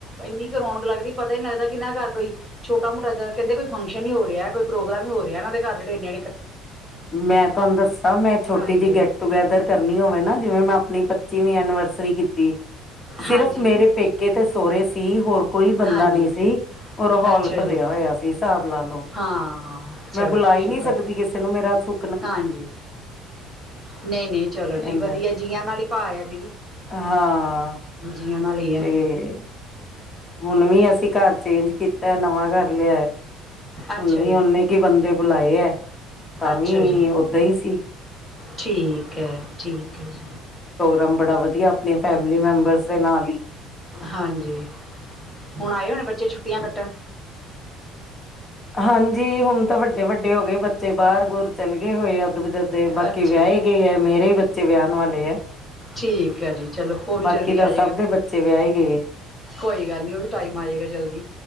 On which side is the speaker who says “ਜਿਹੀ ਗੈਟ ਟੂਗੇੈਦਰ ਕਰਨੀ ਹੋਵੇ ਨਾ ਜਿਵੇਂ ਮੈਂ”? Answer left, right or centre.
Left